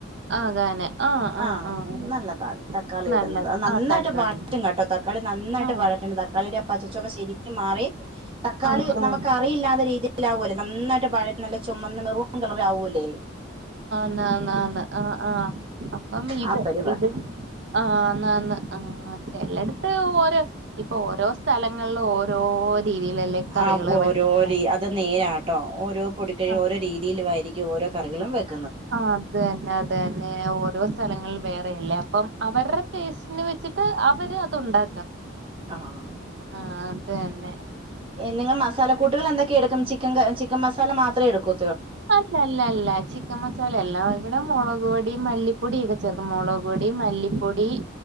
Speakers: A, on the right; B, on the right.
A: ആകാന് ആഹ് ആഹ്
B: ആം
A: ആഹ്
B: നല്ലതാ തക്കാളി
A: നല്ലത്
B: ഇടുന്നത് അത് നന്നായിട്ട്
A: ആഹ് തക്കാളി
B: വറ്റും കേട്ടോ തക്കാളി നന്നായിട്ട്
A: ആഹ്
B: വഴറ്റണം തക്കാളിയുടെ ആ പച്ച ശെരിക്കും മാറി തക്കാളി
A: ആഹ് ആഹ്
B: നമുക്കറിയില്ലാത രീതിൽ ആവൂലൊ നന്നായിട്ട് വഴറ്റണം <unintelligible> ചൊമന്ന മെറൂൺ കളറ് ആവൂല്ലേ
A: ന്നാ ന്നാ ആന്ന് ആ അ അപ്പം ഇത്
B: ആ പരിവാക്കണം
A: ഇത് ആംമ് <unintelligible> ആ ചെലടത്ത്
B: ഉം ഉം.
A: ഓര് ഇപ്പൊ ഓരോ സ്ഥലങ്ങളില് ഓരോ രീതിയിലല്ലേ കറികള്
B: ആം ഓരോരി
A: വെക്കുന്നേ
B: അത് നേരാ ട്ടോ ഓരോ <unintelligible>
A: ആ
B: ഓരോ രീതിയിൽ വാരി ഈ ഓരോ കറികളും വെക്ക്
A: ആ അത് തന്നെ അത് തന്നെ ഓരോ സ്ഥലങ്ങളിൽ വേറെയല്ലേ അപ്പം അവരുടെ ടേസ്റ്റിന് വെച്ചിട്ട് അവര് അത്ണ്ടാ
B: ആ
A: ആ ആഹ തന്നെ
B: നിങ്ങൾ മസാല കൂട്ടുകൾ എന്തൊക്കെയടുക്കും ചിക്കൻ ചിക്കൻ മസാല മാത്രമേ എടുക്കൂ
A: അല്ല അല്ല അല്ല ചിക്കൻ മസാല അല്ല ഇവിടെ മുള മുളക് പൊടി മല്ലിപ്പൊട ഒക്കെ ചേർക്കും മുളക് പൊടി മല്ലിപ്പൊടി